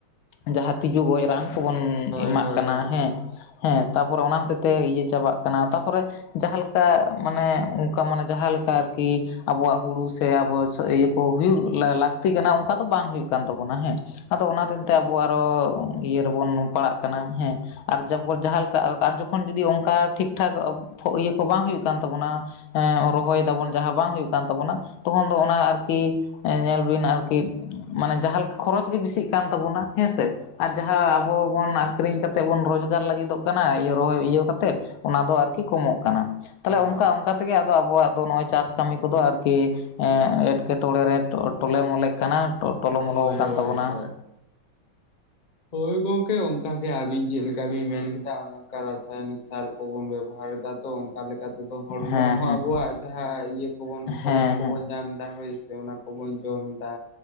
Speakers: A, on the left; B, on the left.
A: ᱡᱟᱦᱟᱸ ᱛᱤᱡᱩ ᱜᱚᱡ ᱨᱟᱱ ᱠᱚᱵᱚᱱ ᱮᱢᱟᱜ
B: ᱦᱳᱭ ᱦᱳᱭ ᱦᱳᱭ
A: ᱠᱟᱱᱟ
B: ᱦᱳᱭ ᱦᱳᱭ ᱦᱳᱭ ᱦᱳᱭ ᱦᱳᱭ ᱦᱳᱭ
A: ᱦᱮᱸ
B: ᱦᱳᱭ ᱦᱳᱭ ᱦᱳᱭ ᱦᱳᱭ ᱦᱳᱭ
A: ᱦᱮᱸ ᱛᱟᱯᱚᱨᱮ ᱚᱱᱟ ᱦᱚᱛᱮᱡ ᱛᱮ ᱤᱭᱟᱹ ᱪᱟᱵᱟᱜ ᱠᱟᱱᱟ ᱛᱟᱯᱚᱨᱮ ᱡᱟᱦᱟᱸ ᱞᱮᱠᱟ ᱢᱟᱱᱮ ᱚᱝᱠᱟ ᱢᱟᱱᱮ ᱡᱟᱦᱟᱸ ᱞᱮᱠᱟ ᱟᱨ ᱠᱤ ᱟᱵᱚᱣᱟᱜ ᱦᱩᱲᱩ ᱥᱮ ᱟᱵᱚ ᱦᱩᱭᱩᱜ ᱞᱟᱹᱠᱛᱤ ᱠᱟᱱᱟ ᱚᱝᱠᱟ ᱫᱚ ᱵᱟᱝ ᱦᱩᱭᱩᱜ ᱠᱟᱱ ᱛᱟᱵᱚᱱᱟ ᱚᱱᱟ ᱦᱮᱸ ᱟᱫᱚ ᱚᱱᱟ ᱦᱚᱛᱮ ᱛᱮ ᱟᱵᱚ ᱟᱨᱚ ᱤᱭᱟᱹ ᱨᱮᱵᱚᱱ ᱯᱟᱲᱟᱜ ᱠᱟᱱᱟ ᱦᱮᱸ ᱟᱨ ᱡᱚᱵᱚ ᱡᱟᱦᱟᱸ ᱞᱮᱠᱟ ᱟᱨ ᱡᱚᱠᱷᱚᱱ ᱡᱚᱫᱤ ᱚᱝᱠᱟ ᱴᱷᱤᱠ ᱴᱷᱟᱠ ᱤᱭᱟᱹ ᱠᱚ ᱵᱟᱝ ᱦᱩᱭᱩᱜ ᱠᱟᱱ ᱛᱟᱵᱚᱱᱟ ᱨᱚᱦᱚᱭ ᱫᱟᱵᱚᱱ ᱡᱟᱦᱟᱸ ᱵᱟᱝ ᱦᱩᱭᱩᱜ ᱠᱟᱱ ᱛᱟᱵᱚᱱᱟ ᱛᱚᱠᱷᱚᱱ ᱫᱚ ᱚᱱᱟ ᱟᱨᱠᱤ ᱧᱮᱞ ᱵᱤᱱ ᱟᱨᱠᱤ ᱢᱟᱱᱮ ᱡᱟᱦᱟᱸᱞᱮᱠᱟ ᱠᱷᱚᱨᱚᱪ ᱜᱮ ᱵᱮᱥᱤᱜ ᱠᱟᱱ ᱛᱟᱵᱚᱱᱟ ᱦᱮᱸᱥᱮ ᱟᱨ ᱡᱟᱦᱟᱸ ᱟᱵᱚ ᱵᱚᱱ ᱟᱠᱷᱨᱤᱧ ᱠᱟᱛᱮ ᱵᱚᱱ ᱨᱚᱡᱽᱜᱟᱨ ᱞᱟᱹᱜᱤᱫᱚᱜ ᱠᱟᱱᱟ ᱨᱚᱦᱚᱭ ᱤᱭᱟᱹ ᱠᱟᱛᱮ ᱚᱱᱟ ᱫᱚ ᱟᱨᱠᱤ ᱠᱚᱢᱚᱜ ᱠᱟᱱᱟ
B: ᱦᱳᱭ
A: ᱛᱟᱦᱚᱞᱮ ᱚᱝᱠᱟ ᱚᱝᱠᱟ ᱛᱮᱜᱮ ᱟᱫᱚ ᱟᱵᱚᱣᱟᱜ ᱫᱚ ᱱᱚᱭ ᱪᱟᱥ ᱠᱟᱹᱢᱤ ᱠᱚᱫᱚ ᱟᱨᱠᱤ ᱮᱴᱠᱮᱴᱚᱬᱮ ᱨᱮ ᱴᱚᱞᱮ ᱢᱚᱞᱮᱜ ᱠᱟᱱᱟ ᱴᱚᱞᱚ
B: ᱦᱳᱭ
A: ᱢᱚᱞᱚ ᱟᱠᱟᱱ
B: ᱦᱳᱭ ᱦᱳᱭ
A: ᱛᱟᱵᱚᱱᱟ
B: ᱦᱳᱭ ᱦᱳᱭ ᱜᱚᱝᱠᱮ ᱚᱝᱠᱟᱜᱮ ᱟᱹᱵᱤᱱ ᱪᱮᱫ ᱞᱮᱠᱟ ᱵᱤᱱ ᱢᱮᱱ ᱠᱮᱫᱟ ᱠᱟ ᱨᱟᱥᱟᱭᱚᱱᱤᱠ ᱥᱟᱨ ᱠᱚᱵᱚᱱ ᱵᱮᱵᱚᱦᱟᱨ ᱮᱫᱟ ᱛᱚ ᱚᱱᱠᱟ ᱞᱮᱠᱟ ᱛᱮᱫᱚ ᱦᱚᱲᱢᱚ
A: ᱦᱮᱸ
B: ᱨᱮᱦᱚᱸ
A: ᱦᱮᱸ
B: ᱟᱵᱚᱣᱟᱜ ᱡᱟᱦᱟᱸ ᱤᱭᱟᱹ ᱠᱚᱵᱚᱱ ᱯᱷᱚᱞᱚᱱ
A: ᱦᱮᱸ
B: ᱠᱚᱵᱚᱱ
A: ᱦᱮᱸ
B: ᱧᱟᱢ ᱮᱫᱟ ᱦᱳᱭ ᱥᱮ ᱚᱱᱟ ᱠᱚᱵᱚᱱ ᱡᱚᱢ ᱮᱫᱟ